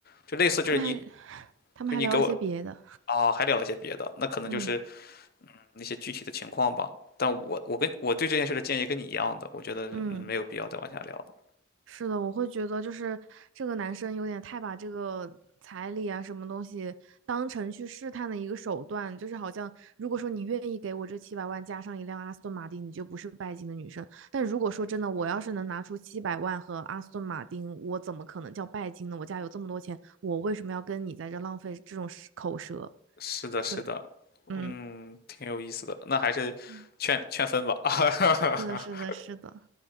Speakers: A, on the left; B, on the right.
A: 就类似就是你，
B: 他们还 <sighs> 他们还聊了些别的，
A: 就你给我啊，还聊了些别的，那可能就是
B: 嗯
A: 那些具体的情况吧。但我我跟我对这件事的建议跟你一样的，我觉得嗯没有必要再往下聊了
B: 嗯。是的，我会觉得就是这个男生有点太把这个彩礼啊什么东西当成去试探的一个手段，就是好像如果说你愿意给我这七百万加上一辆阿斯顿马丁，你就不是拜金的女生。但如果说真的，我要是能拿出七百万和阿斯顿马丁，我怎么可能叫拜金呢？我家有这么多钱，我为什么要跟你在这浪费这种舌口舌？
A: 是的，
B: 所以，
A: 是的，
B: 嗯
A: 嗯，挺有意思的。那还是劝劝分吧。
B: 嗯，
A: <laughs>
B: 是的，是的，是的。